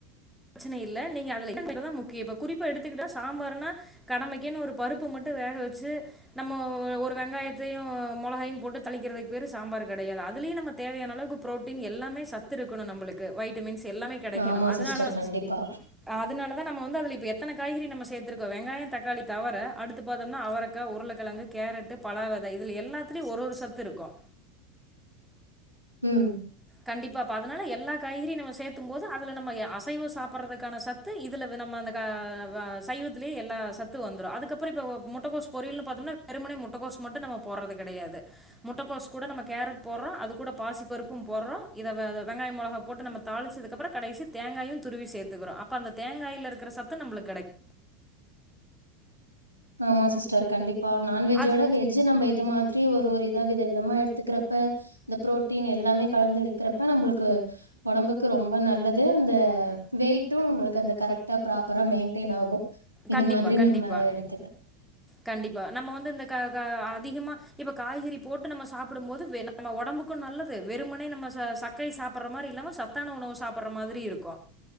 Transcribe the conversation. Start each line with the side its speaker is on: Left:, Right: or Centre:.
Centre: பிரச்சனை இல்ல நீங்க அதுல இருக்குறதா முக்கியோ இப்ப குறிப்பா எடுத்துக்கிட்ட சாம்பார்ன்னா கடமைக்குன் ஒரு பருப்பு மட்டு வேக வெச்சு நம்ம ஒரு வெங்காயத்தையு மொளகாயும் போட்டு தலிக்கிறதுக்கு பேரு சாம்பாரு கெடையாது அதுலயு நம்ம தேவையான அளவுக்கு ஃப்ரோட்டின் எல்லாமே சத்து இருக்கணு நம்புளுக்கு வைட்டமின்ஸ் எல்லாமே கெடைக்கணு
Right: ஆமா
Centre: அதனால
Right: சிஸ்டர் கண்டிப்பா
Centre: அதனாலதா நம்ம வந்து அதுல இப்ப எத்தன காய்கறி நம்ம சேத்துருக் கோ வெங்காய தக்காளி தவுர அடுத்து பாத்தோம்னா அவரக்கா உருளக்கெழங்கு கேரட்டு பலா வெத இதுலி எல்லாத்தலயு ஒரு ஒரு சத்து இருக்கு
Right: ம்
Centre: கண்டிப்பா இப்போ அதனால எல்லா காய்கறி நம்ம சேத்தும் போது அதுல நம்ம ஏ அசைவோ சாப்புர்றதுக்கான சத்து இதுல நம்ம அந்த சைவத்துலயே எல்லா சத்து வந்துரு அதுக்கப்புறோ இப்போ முட்டகோஸ் பொரியல்ன்னு பாத்தோம்னா வெறுமுனே முட்டகோஸ் மட்டு நம்ம போர்றது கெடையாது முட்டக்கோஸ் கூட நம்ம கேரட் போர்றோ அது கூட பாசிப்பருப்பும் போர்றோ இத வெங்காயம் மொளகா போட்டு நம்ம தாளுச்சதுக்கு அப்புறோ கடைசி தேங்காயு துருவி சேத்துக்குறோ அப்ப அந்த தேங்காயில இருக்குற சத்து நம்மளுக்கு கெடைக்
Right: ஆமா சிஸ்டர் கண்டிப்பா நான்வெஜ்ஜோட
Centre: அது
Right: வெஜ்ஜு நம்ம இதமா த்ரி ஒரு ஒரு இதா வித விதமாக எடுத்துக்குறப்ப இந்த ஃப்ரோட்டீன் எல்லாமே கலந்து எடுக்குறப்ப நம்மளுக்கு ஒடம்புக்கு ரொம்ப நல்லது அந்த வெயிட்டு நம்மளுக்கு அந்த கரெக்டா ஃப்ராப்பரா மெயின்டெயின் ஆகு இது
Centre: கண்டிப்பாக
Right: மாதிரி
Centre: கண்டிப்பாக
Right: நம்ம எடுத்
Centre: கண்டிப்பா நம்ம வந்து இந்த க க ஆ அதிகமா இப்ப காய்கறி போட்டு நம்ம சாப்புடும் போது நம்ம ஒடம்புக்கு நல்லது வெறும்மனே நம்ம ச சக்கை சாப்புர்ற மாரி இல்லாம சத்தான உணவு சாப்புர்ற மாதிரி இருக்கு